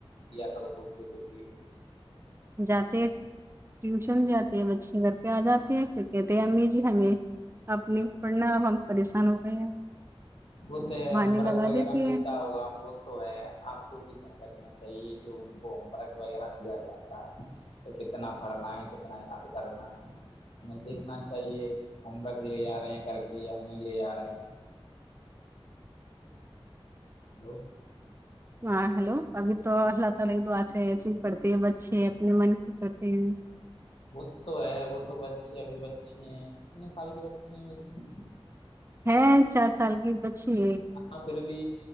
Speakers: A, on the left; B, on the right.
A: دیا کر جو بھی
B: جاتے ہیں ٹیوشن جاتے ہیں بچے گھر پہ آ جاتے ہیں پھر کہتے امی جی ہمیں آپ نے پڑھنا ا ہم پریشان ہو گئے ہیں
A: وہ تو
B: بہانے
A: مرگ
B: لگا
A: وغیرہ
B: دیتی
A: ملتا
B: ہیں
A: ہوگا وہ تو ہے آپ کو بھی دھیان رکھنا چاہیے جو ان کو ہوم ورک وغیرہ دیا جاتا ہے کہ کتنا پڑھنا ہے کتنا یاد کرنا ہے انہیں دیکھنا چاہیے امرک لے آ رہے ہیں کر کے یا نہیں لے آ رہے ہیں ہیلو
B: ہاں ہیلو ابھی تو اللہ تعالی کی دعا چاہیے پڑھتے ہیں بچے اپنے کرتے ہیں
A: وہ تو ہے وہ تو بچے ابھی بچے ہیں اتنے سال کے بچے میں بیسے
B: ہے چار سال کی ب جٹھیک <unintelligible>
A: ہاں پھر بھی